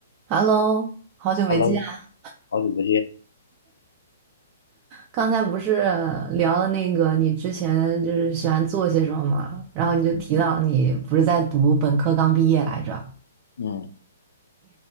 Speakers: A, on the right; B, on the left.
A: Hello，好久没见啊。
B: Hello，好久不见。
A: 刚才不是聊了那个你之前就是喜欢做些什么吗？然后你就提到你不是在读本科刚毕业来着？
B: 嗯嗯，